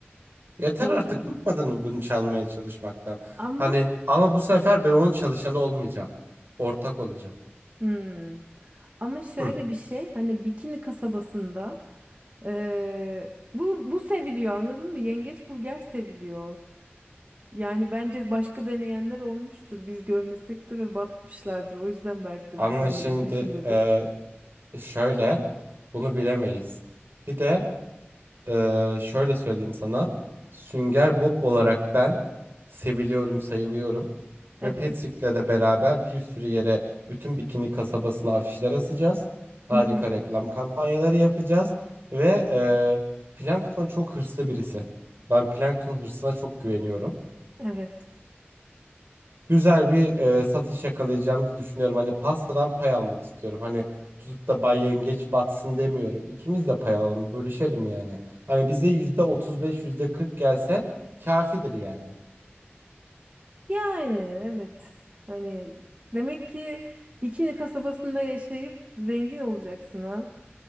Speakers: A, on the right; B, on the right.
A: Yeter
B: Doğru.
A: artık bıkmadın mı bunu çalmaya çalışmaktan?
B: Ama
A: Hani ama bu sefer ben onun çalışanı olmayacağım. Ortak olacağım.
B: Hmm. Ama şöyle
A: Hı.
B: bir şey hani Bikini kasabasında eee, bu bu seviliyor anladın mı? Yengeç burger seviliyor. Yani bence başka deneyenler olmuştur. Biz görmesek de ve batmışlardır. O yüzden belki de
A: Ama
B: bu formülün
A: şimdi
B: peşindedir.
A: e, şöyle bunu bilemeyiz. Bir de Ee, şöyle söyleyeyim sana. Sünger Bob olarak ben seviliyorum, sayılıyorum.
B: Evet.
A: Ve Patrick'le de beraber bir sürü yere bütün bikini kasabasına afişler asacağız. Harika
B: Hı hı.
A: reklam kampanyaları yapacağız. Ve e, Plankton çok hırslı birisi. Ben Plankton hırsına çok güveniyorum
B: Evet.
A: güzel bir e, satış yakalayacağımızı düşünüyorum. Hani pastadan pay almak istiyorum. Hani tutup da Bay Yengeç batsın demiyorum. İkimiz de pay alalım, bölüşelim yani. Hani bize yüzde otuz beş, yüzde kırk gelse kafidir yani.
B: Yani evet. Hani demek ki Bikini kasabasında yaşayıp zengin olacaksın ha.